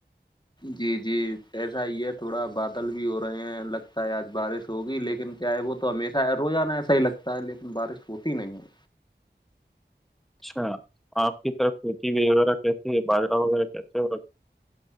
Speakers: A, on the left; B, in the centre.
A: جی جی ایسا ہی ہے تھوڑا بادل بھی ہو رہے ہیں لگتا ہے آج بارش ہوگی لیکن کیا ہے وہ تو ہمیشہ روزانہ ایسا ہی لگتا ہے لیکن بارش ہوتی نہیں ہے
B: اچھا آپ کی طرف سوتیی وغیرہ کیسی ہے باجرا وغیرہ کیس ہو